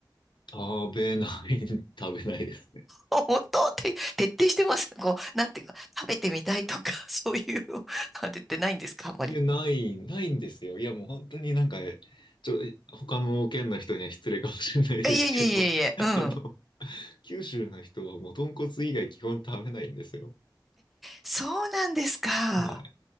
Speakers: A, on the left (about 75°); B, in the centre.
A: 食べない、<laughs> 食べないですね。
B: <laughs> 本当って、徹底してます。こう、なんていうか、食べてみたいとか、<laughs> そういうのは出てないんですか、あんまり。
A: いや、ない、ないんですよ。いや、もう本当になんか、ちょ、他の県の人には失礼かもしれないですけど、
B: いえいえいえいえ、
A: <laughs>
B: うん。
A: あの、九州の人はもう豚骨以外基本食べないんですよ。
B: そうなんですか。
A: はい。